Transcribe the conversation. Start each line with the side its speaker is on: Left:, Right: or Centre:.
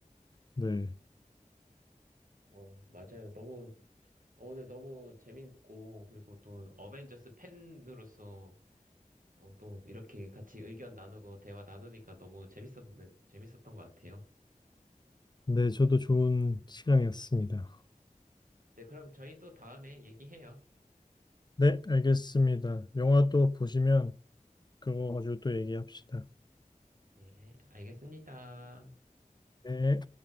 Left: 네.
Right: 어, 맞아요. 너무, 오늘 너무 재밌고, 그리고 또 어벤져스 팬으로서 어, 또 이렇게 같이 의견 나누고 대화 나누니까 너무 재밌었 재밌었던 것 같아요.
Left: 네, 저도 좋은 시간이었습니다.
Right: 네, 그럼 저희 또 다음에 얘기해요.
Left: 네, 알겠습니다. 영화 또 보시면 그거 가지고 또 얘기합시다.
Right: 네, 알겠습니다.
Left: 네.